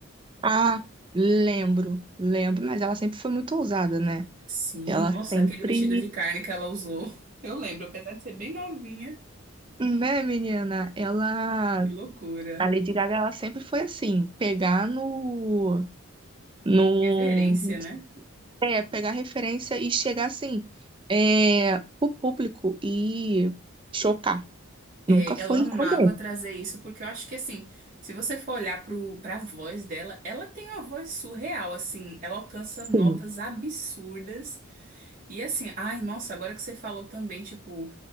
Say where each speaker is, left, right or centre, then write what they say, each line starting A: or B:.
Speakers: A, on the right; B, on the right.
A: Ah, lembro, lembro, mas ela sempre foi muito ousada, né?
B: Sim,
A: Ela
B: nossa,
A: sempre,
B: aquele vestido de carne que ela usou. <laughs> Eu lembro, apesar de ser bem novinha.
A: né, menina? Ela,
B: Que loucura.
A: a Lady Gaga, ela sempre foi assim, pegar no, no,
B: Referência, né?
A: é, pegar referência e chegar assim, é, o público e chocar.
B: É,
A: Nunca foi
B: ela amava
A: com
B: trazer isso, porque eu acho que, assim, se você for olhar pro, pra voz dela, ela tem uma voz surreal, assim, ela alcança
A: Sim.
B: notas absurdas. E assim, ai, nossa, agora que você falou também, tipo,